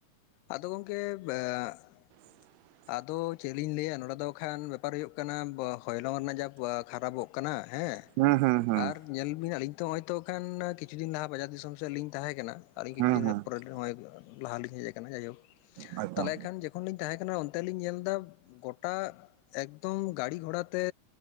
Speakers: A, on the left (about 90°); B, on the right (about 85°).
A: ᱟᱫᱚ ᱜᱚᱢᱠᱮ <unintelligible>
B: <inaudible>
A: ᱟᱫᱚ ᱪᱮᱫ ᱞᱤᱧ ᱞᱟᱹᱭᱟ, ᱱᱚᱸᱰᱮ ᱫᱚ ᱦᱟᱜ ᱠᱷᱟᱱ ᱵᱮᱯᱟᱨ ᱦᱩᱭᱩᱜ ᱠᱟᱱᱟ᱾ ᱟᱭᱮᱫᱟᱨ ᱨᱮᱱᱟᱜ ᱡᱟ ᱠᱷᱟᱨᱟᱯᱚᱜ ᱠᱟᱱᱟ᱾ ᱦᱮᱸ
B: ᱦᱩᱸ ᱦᱩᱸ ᱦᱩᱸ
A: ᱟᱨ ᱧᱮᱞᱵᱤᱱ ᱟᱹᱞᱤᱧ ᱛᱚ ᱱᱚᱜᱼᱚᱭ ᱛᱚ ᱦᱟᱜ ᱠᱷᱟᱱ ᱠᱤᱪᱷᱩ ᱫᱤᱱ ᱞᱟᱦᱟ ᱵᱟᱡᱟᱨ ᱫᱤᱥᱚᱢ ᱥᱮᱫ ᱞᱤᱧ ᱛᱟᱦᱮᱸ ᱠᱟᱱᱟ᱾ ᱟᱹᱞᱤᱧ
B: ᱦᱩᱸ
A: ᱠᱤᱪᱷᱩ ᱫᱤᱱ
B: ᱦᱩᱸ
A: ᱯᱚᱨ ᱱᱚᱜᱼᱚᱭ ᱞᱟᱦᱟ ᱞᱤᱧ ᱦᱮᱡ ᱠᱟᱱᱟ, ᱡᱟᱭᱦᱳᱠ
B: ᱮᱠᱫᱚᱢ
A: ᱛᱟᱦᱚᱞᱮ ᱠᱷᱟᱱ ᱡᱮ ᱠᱷᱚᱱ ᱞᱤᱧ ᱛᱟᱦᱮᱸ ᱠᱟᱱᱟ᱾ ᱚᱱᱛᱮ ᱞᱤᱧ ᱧᱮᱞ ᱫᱟ ᱜᱚᱴᱟ ᱮᱠᱫᱚᱢ ᱜᱟᱲᱤ ᱜᱷᱚᱲᱟ ᱛᱮ